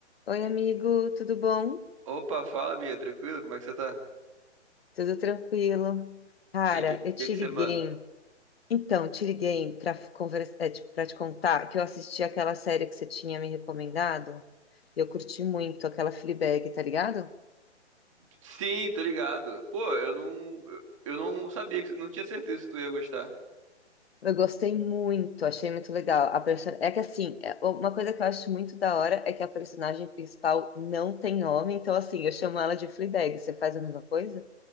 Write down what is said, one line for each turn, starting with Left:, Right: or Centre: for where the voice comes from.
Left: Oi, amigo, tudo bom?
Right: Opa, fala, Bia, tranquilo? Como é que você tá?
Left: Tudo tranquilo? Cara,
Right: E aí, que,
Left: eu te
Right: que que
Left: liguei.
Right: você manda?
Left: Então, te liguei para conversar, para te contar que eu assisti aquela série que você tinha me recomendado e eu curti muito aquela Fleabag, tá ligado?
Right: Sim, tô ligado. Pô, eu não, eu eu não sabia que não tinha certeza se tu ia gostar.
Left: Eu gostei muito, achei muito legal. A person... É que assim, é- uma coisa que eu acho muito da hora é que a personagem principal não tem homem, então assim, eu chamo ela de Fleabag. Você faz a mesma coisa?